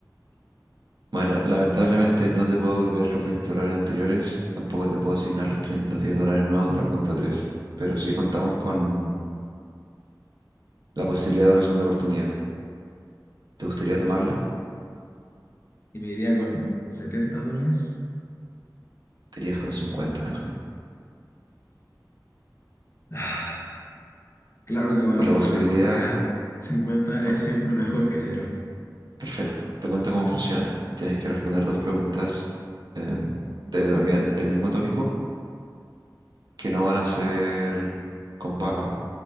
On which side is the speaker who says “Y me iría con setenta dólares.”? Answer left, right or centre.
Left